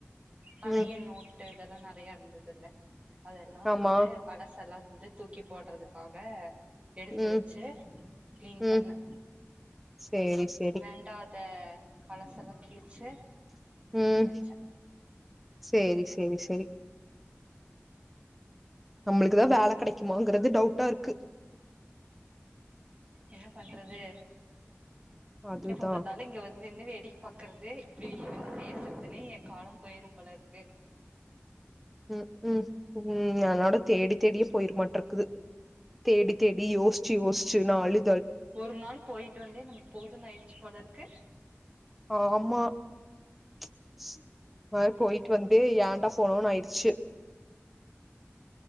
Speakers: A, on the right; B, in the centre.
A: பழைய
B: ம்
A: நோட்டு இதெல்லா நறையா இர்ந்துதில்ல அதெல்லா
B: ஆமா
A: வந்து பழ செல்லாக் வந்து தூக்கி போட்றதுக்காக எடுத்து
B: ம்
A: வச்சு கிளீன்
B: ம்
A: பண்ண
B: சேரி சேரி
A: வேண்டாத பழசெல்லா கிழிச்சு
B: உம்
A: வச்சே
B: சேரி செரி செரி நம்மளுக்குதான் வேலை கிடைக்குமாங்கறது டவுட்டா இருக்கு
A: என்ன பண்றது
B: அதுதா
A: எப்ப பாத்தாலு இங்க வந்துநின்னு வேடி பாக்கறது இப்டி வந்து பேசுறதுன்னே என் காலம் போயிரும் போல இருக்கு
B: உம் உம் உம் அதனட தேடி தேடியே போயிரமாட்ருக்குது தேடி தேடி யோசிச்சு யோசிச்சு நாலு
A: ஒரு நாள் போயிட்டு வந்தே நமக்கு போதுன்னு ஆயிறுச்சு போல இருக்கு
B: ஆஹ் ஆமா ப்ச் வேற போயிட்டு வந்து எ டா போனோனு ஆயிருச்சு